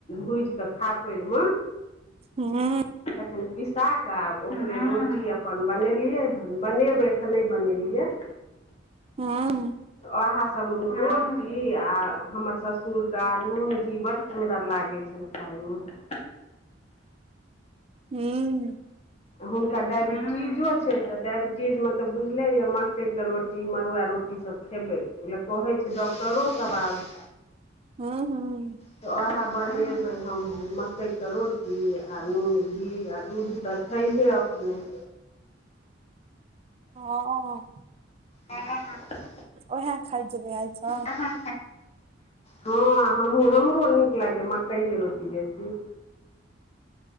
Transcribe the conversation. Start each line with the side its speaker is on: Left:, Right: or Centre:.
Left: भुजिकऽ खापरिमे
Right: हूँ
Left: तखन पिसा कऽ ओकरे रोटी अपन बनेलियै हन बनेबै एखन नहि बनेलियै
Right: हँ
Left: ओहे सभ रोटी आ हमर ससुरके नून घी बड्ड सुन्दर लागै छैन सेन खाइमे <unintelligible>
Right: हूं
Left: हुनका डायबिटीजो छै तऽ डायबिटीज़ में तऽ बुझले यै मक्कइके रोटी मड़ुआ रोटीसभ खेबै ला कहै छै डॉक्टरो सभ आब
Right: हूं हूं
Left: तऽ ओहे बनेबै हम मकइ के रोटी आ नून घी आ दूध त छै है अपने
Right: हँ
Left: हँ
Right: ओहै खाय जेबै आइसब
Left: हँ हमहूं हमरो नीक लागैए मकइए रोटी बेसी